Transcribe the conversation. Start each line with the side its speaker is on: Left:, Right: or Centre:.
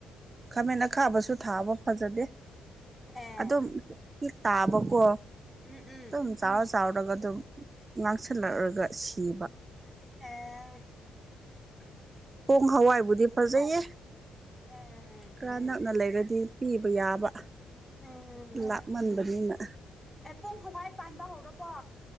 Right: ꯈꯥꯃꯦꯟ ꯑꯈꯥꯕꯁꯨ ꯊꯥꯕꯔꫭ ꯐꯖꯗꯦ
Centre: ꯑꯦ
Right: ꯑꯗꯨꯝ ꯍꯦꯛ ꯇꯥꯕꯀꯣ
Centre: ꯎꯝ ꯎꯝ
Right: ꯑꯗꯨꯝ ꯆꯥꯎꯔ ꯆꯥꯎꯔꯒ ꯑꯗꯨꯝ ꯉꯥꯡꯁꯤꯜꯂꯛꯂꯒ ꯁꯤꯕ
Centre: ꯑꯩ ꯑꯑ
Right: ꯄꯣꯡ ꯍꯋꯥꯏꯕꯨꯗꯤ ꯐꯖꯩꯍ°꯫
Centre: ꯑꯦ ꯐꯩꯅꯦ
Right: ꯈꯔ ꯅꯛꯅ ꯂꯩꯔꯗꯤ ꯄꯤꯕ ꯌꯥꯕ
Centre: ꯎꯝ
Right: ꯂꯥꯛꯃꯟꯕꯅꯤꯅ
Centre: ꯑꯦ ꯄꯣꯝ ꯍꯋꯥꯏ ꯄꯥꯟꯕ ꯍꯧꯔꯕꯣ